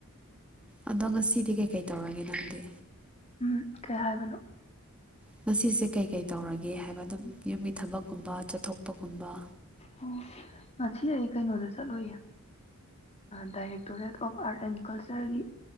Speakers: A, in the centre; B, on the left.
A: ꯑꯗꯣ ꯉꯁꯤꯗꯤ ꯀꯩꯀꯩ ꯇꯧꯔꯒꯦ ꯅꯪꯗꯤ
B: ꯎꯝ ꯀꯩ ꯍꯥꯏꯕꯅꯣ
A: ꯉꯁꯤꯁꯦ ꯀꯩ ꯀꯩ ꯇꯧꯔꯒꯦ ꯍꯥꯏꯕ ꯑꯗꯨꯝ ꯌꯨꯝꯒꯤ ꯊꯕꯛꯀꯨꯝꯕ ꯆꯠꯊꯣꯛꯄꯒꯨꯝꯕ
B: ꯑꯣ ꯉ ꯑꯩ ꯀꯩꯅꯣꯗ ꯆꯠꯂꯣꯏꯌꯦ directorate of art and ꯀꯜꯆꯔꯒꯤ